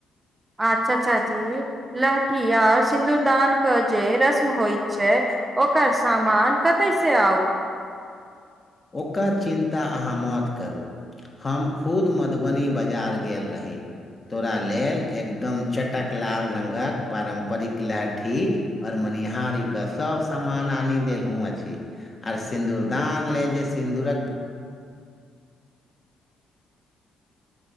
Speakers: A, on the right; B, on the left.
A: अच्छा अचा जी लहठी आर सिंन्दूरदान के जे रस्म होइ छै ओकर सामान कते से आउ
B: ओकर चिन्ता अहाँ मत करू हम खुद मधुबनी बाजार गेल रही तोरा लेल एकदम चटक लाल रंगक पारम्परिक लहठी और मनिहारी कऽ सब सामान आनी देल हुँ अछि आर सिन्दूर दान लेल जे सिन्दूरक